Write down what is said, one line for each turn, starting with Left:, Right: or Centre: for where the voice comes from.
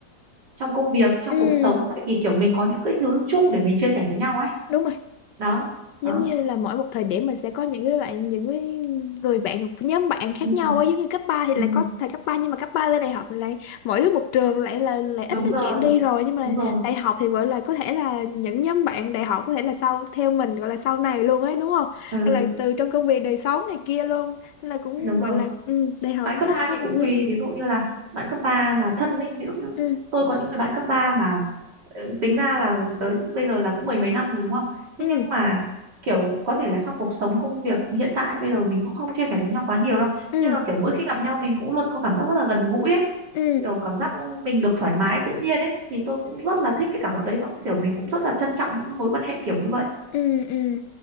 Right: trong công việc trong
Left: ừ,
Right: cuộc sống tại vì kiểu mình có những cái thứ chung để mình chia sẻ với nhau ấy
Left: đúng rồi
Right: đó
Left: giống
Right: đó
Left: như là mỗi một thời điểm mình sẽ có những cái lại những cái người bạn hoặc nhóm bạn khác
Right: ừ,
Left: nhau ấy giống như cấp 3 thì
Right: ừ.
Left: lại có thời cấp ba nhưng mà cấp 3 lên đại học thì lại mỗi đứa một trường lại là lại ít
Right: đúng
Left: nói
Right: rồi
Left: chuyện đi rồi nhưng mà
Right: đúng rồi
Left: đại học thì gọi là có thể là những nhóm bạn đại học có thể là sau theo mình gọi là sau này luôn ấy đúng không
Right: ừ,
Left: hay là từ trong công việc đời sống này kia luôn Nên là cũng
Right: đúng
Left: gọi
Right: rồi
Left: là ừ, đại học
Right: bạn cấp
Left: khá
Right: 3
Left: khá
Right: thì
Left: là
Right: cũng
Left: vui
Right: tùy ví dụ như là bạn cấp 3 mà thân ấy ví dụ như
Left: ừ
Right: tôi có những người bạn cấp 3 mà Ờ, tính ra là tới bây giờ là cũng mười mấy năm rồi đúng không? Thế
Left: ừ
Right: nhưng mà kiểu có thể là trong cuộc sống công việc hiện tại bây giờ mình cũng không chia sẻ được với nhau quá nhiều đâu.
Left: ừ
Right: Nhưng mà kiểu mỗi khi gặp nhau mình cũng luôn có cảm giác rất là gần gũi ấy,
Left: ừ
Right: kiểu cảm giác mình được thoải mái tự nhiên ấy thì tôi cũng rất là thích cái cảm giác đấy và cũng kiểu mình cũng rất là trân trọng những cái mối quan hệ kiểu như vậy.
Left: ừ ừ